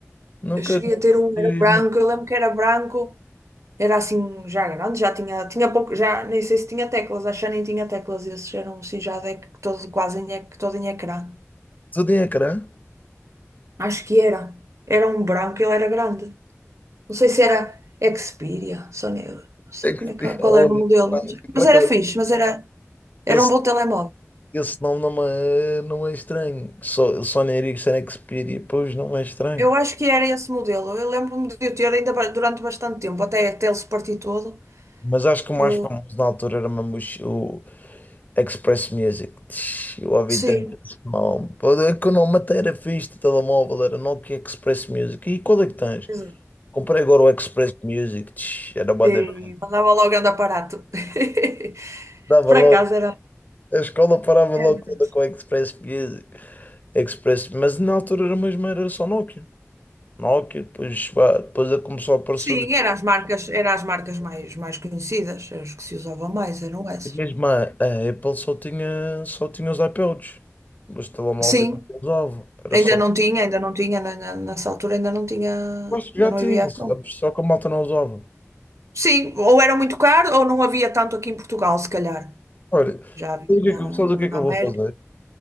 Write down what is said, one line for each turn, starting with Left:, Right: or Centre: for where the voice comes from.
Left: Nunca
Right: Eu cheguei
Left: nunca
Right: a ter um,
Left: fui
Right: era branco,
Left: muito.
Right: eu lembro que era branco. Era assim já grande, já tinha, tinha pouco, já nem sei se tinha teclas, acho que já nem tinha teclas, esses eram assim já de, todo, quase em, ec- todo em ecrã.
Left: Só tinha ecrã.
Right: Acho que era. Era um branco, ele era grande. Não sei se era Xperia, Sony, não sei
Left: É que-
Right: como é que,
Left: <laughs>
Right: qual
Left: Olha,
Right: era o modelo, mas,
Left: para
Right: mas era
Left: cá,
Right: fixe, mas era,
Left: esse
Right: era um bom telemóvel.
Left: Esse nome não é, não é estranho. Só, Sony Ericsson Xperia, pois não é estranho.
Right: Eu acho que era esse modelo. Eu lembro-me de eu ter ainda ba- durante bastante tempo, até, até ele se partir todo.
Left: Mas acho que
Right: Eu,
Left: o mais famoso na altura era mesmo o, X- o Express Music. Tch, Eu ouvi
Right: sim,
Left: tanto esse nome. Pô, é Que o nome até era fixe de telemóvel, era Nokia Express Music. E qual é que tens?
Right: exato.
Left: Comprei agora o Express Music. Tch, Era bué
Right: e
Left: da... fixe.
Right: mandava logo andar aparato. <laughs>
Left: Dava
Right: Por
Left: logo.
Right: acaso
Left: A escola parava
Right: era.
Left: logo toda com o Express Music. Express... Mas na altura era mesmo, era só Nokia. Nokia, depois, pá, depois começou a aparecer
Right: Sim,
Left: os.
Right: eram as marcas, eram as marcas mais, mais conhecidas, as que se usavam mais, eram essas.
Left: E mesmo a, a Apple só tinha, só tinha os iPods. Os telemóveis
Right: Sim,
Left: não usavam. Era
Right: ainda
Left: só.
Right: não tinha, ainda não tinha, na- na- nessa altura ainda não tinha,
Left: acho que
Right: ainda
Left: já
Right: não
Left: tinha,
Right: havia iPhone.
Left: sabes? Só que a malta não usava.
Right: Sim, ou era muito caro ou não havia tanto aqui em Portugal, se calhar.
Left: Olha, sabes
Right: Já havia
Left: o que
Right: na,
Left: é que sabes o que é
Right: na
Left: que eu
Right: América.
Left: vou fazer?